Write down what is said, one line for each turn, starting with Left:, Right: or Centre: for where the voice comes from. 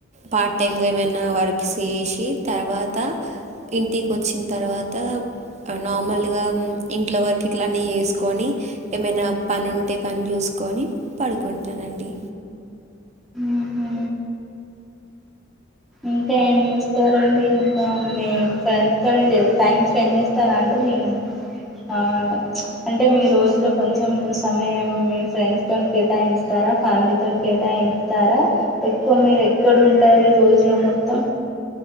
Right: పార్ట్ టైమ్గా ఏమైనా వర్క్ చేసి తర్వాత ఇంటికి వచ్చిన తర్వాత నార్మల్ గా ఇంట్లో వరకు ఇట్లానే వేసుకొని ఏమైనా పని ఉంటే పని చూసు కొని పడుకుంటానండి
Centre: ఊహూ ఇంకా ఏం చూస్తారంండి ఇంకా మీ ఫ్రెండ్స్ తోని టైమ్ స్పెండ్ చేస్తారా అండి మ్మ్ ఆ అంటే మీ రోజులో కొంచెం సమయం మీ ఫ్రెండ్స్ తోని కేటాయిస్తా తర ఫ్యామిలీతోని కేటయించుతర ఎక్కువ మీరు ఎక్కవ ఉంటరు రోజు లో మొత్తం